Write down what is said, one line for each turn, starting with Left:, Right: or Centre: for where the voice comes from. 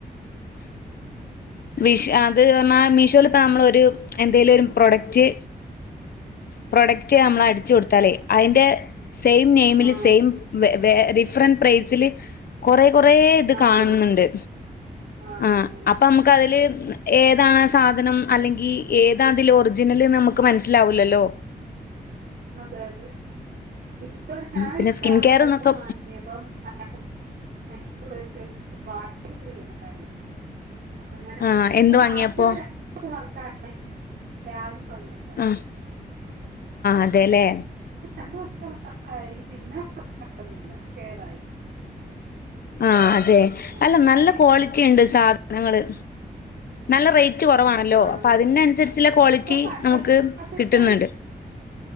Left: മീശൊ അത് അർഞ്ഞാ മീഷോല് ഇപ്പോ നമ്മളൊരു എന്തേലൊരു പ്രൊഡക്റ്റ് പ്രൊഡക്റ്റ് അമ്മളടിചൊട്ത്താലേ അയിൻ്റെ സെയിം നെയിമില്
Right: ആഹ്
Left: സെയിം വെ വേ ഡിഫറൻ പ്രൈസില് കൊറെ കൊറേ ഇത്
Right: ആഹ്
Left: കാണുന്നുണ്ട്
Right: വരും. ആണുണ്ടുണ്ടുണ്ട്.
Left: ആഹ് അപ്പമ്മക്കതില് ഏതാണാസാ സാധനം അല്ലെങ്കി ഏതാതിൽ ഒറിജിനല്ന്നമ്മക്ക് മനസ്സിലാവൂല്ലല്ലോ
Right: അതെയതെ ഇപ്പൊ ഞാൻ
Left: പിന്നെ സ്കിൻ
Right: ആകൊരുവട്ടം
Left: കെയർ എന്നൊക്കെ
Right: വാങ്ങി ങ്ങിയപ്പം അയിന്റെ കൂടൊരു വാച്ച് ഫ്രീ ഒണ്ടായിരുന്നു അങ്ങനെ
Left: ആഹ്
Right: <unintelligible>
Left: എന്ത് വാങ്ങിയപ്പോ
Right: വാച്ച് ര <unintelligible> ബാഗ് വാങ്ങിയപ്പം
Left: ആഹ് അതെല്ലേ
Right: രണ്ട് വർഷം വർക്കായി പിന്നെ <unintelligible> ഒന്നുല്ല കേടായി
Left: ആഹ് അതെ
Right: അങ്ങനെ
Left: അല്ല നല്ല
Right: ഫ്രീ
Left: ക്വാളിറ്റിണ്ട് സാധനങ്ങള് നല്ല റേറ്റ് കൊറവാണല്ലോ
Right: ആണോന്ന്
Left: അപ്പതിന്നൻസര്ച്ചുള്ള ക്വാളിറ്റി
Right: ഇപ്പൊ പണ്ടത്തെക്കാട്ടിലും
Left: നമുക്ക് കിട്ടിന്നിണ്ട്